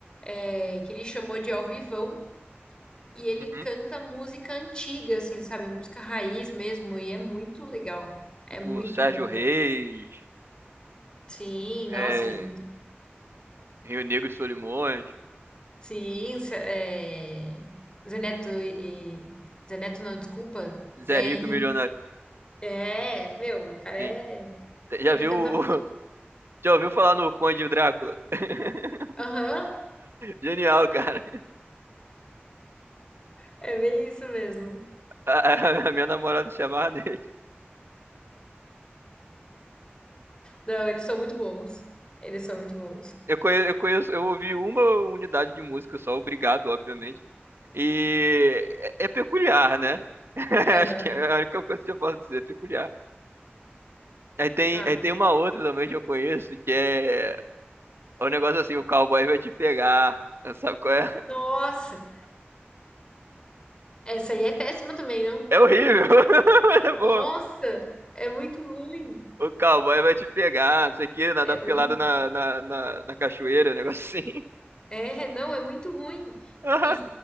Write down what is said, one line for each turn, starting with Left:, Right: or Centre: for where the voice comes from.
Left: é, que ele chamou de Ao Vivão e ele
Right: Uhum.
Left: canta música antiga, assim, sabe? Música raiz mesmo, e é muito legal. É
Right: Tipo,
Left: muito
Right: Sérgio
Left: bom.
Right: Reis,
Left: Sim, nossa,
Right: é,
Left: ele canta.
Right: Rio Negro e Solimões,
Left: Sim, Zé- é... Zeneto e. Zeneto não, desculpa. Zé
Right: Zé Rico
Left: Henrique.
Right: e Milionário.
Left: É, meu, o cara é.
Right: Sim. Já
Left: Ele
Right: viu,
Left: canta
Right: o-
Left: muito.
Right: <laughs> já ouviu falar no Conde e o Drácula? <laughs>
Left: Aham,
Right: Genial, cara.
Left: é bem isso mesmo.
Right: A, a- a minha namorada se amarra nele.
Left: Não, eles são muito bons. Eles são muito bons.
Right: Eu conheço, eu conheço, eu ouvi uma unidade de música só, obrigado, obviamente. E é, é peculiar, né? <laughs>
Left: Aham.
Right: Acho que é a única coisa que eu posso dizer, é peculiar. Aí tem,
Left: Ah,
Right: aí tem uma outra também que eu conheço, que é o negócio assim, o cowboy vai te pegar. Sabe qual é?
Left: nossa! Essa aí é péssima também, não?
Right: É horrível, <laughs> mas é bom.
Left: Nossa, é muito ruim.
Right: O cowboy vai te pegar, não sei o quê, nadar
Left: É
Right: pelado
Left: muito.
Right: na, na, na, na cachoeira, um negócio assim. <laughs>
Left: É, não, é muito ruim.
Right: Aham.
Left: E,